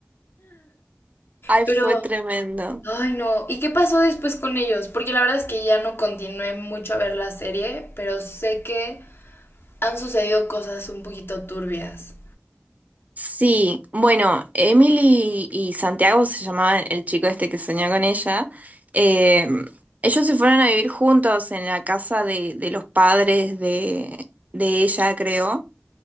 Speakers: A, on the right (about 40°); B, on the left (about 75°).
A: <laughs> Ay,
B: pero...
A: fue tremendo.
B: Ay, no. ¿Y qué pasó después con ellos? Porque la verdad es que ya no continué mucho a ver la serie, pero sé que han sucedido cosas un poquito turbias.
A: Sí, bueno, Emily y Santiago se llamaban el chico este que soñó con ella. eh, ellos se fueron a vivir juntos en la casa de, de los padres de, de ella, creo.